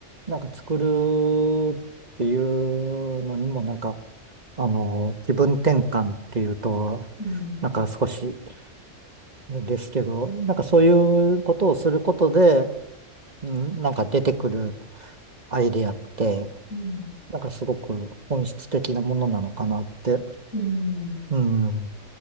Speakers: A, on the right; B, on the left.
A: なんか作るっていうのにもなんか、あの、気分転換っていうと、
B: うん、
A: なんか少しですけど、なんかそういうことをすることで、うん、なんか出てくるアイデアって、
B: うん、
A: なんかすごく本質的なものなのかなって、
B: うん。
A: うん、